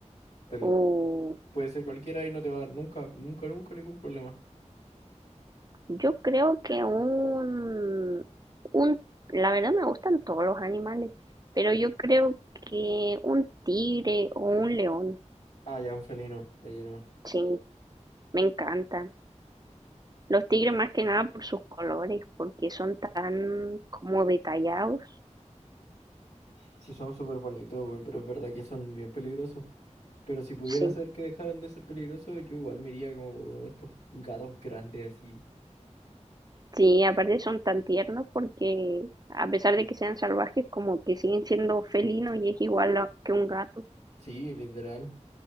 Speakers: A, on the left; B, on the right.
A: Pero
B: Uh,
A: puede ser cualquiera y no te va a dar nunca, nunca, nunca ningún problema.
B: yo creo que un, un, la verdad me gustan todos los animales, pero yo creo que un tigre o un león,
A: Ah, ya, un felino, de lleno.
B: sí, Me encantan. Los tigres más que nada por sus colores, porque son tan como detallados.
A: Sí, son súper bonitos, güey, pero es verdad que son bien peligrosos. Pero si pudiera
B: Sí.
A: hacer que dejaran de ser peligrosos, yo igual me iría como por uno de estos gatos grandes así.
B: Sí, aparte son tan tiernos porque a pesar de que sean salvajes, como que siguen siendo felinos y es igual a- que un gato
A: Sí, literal.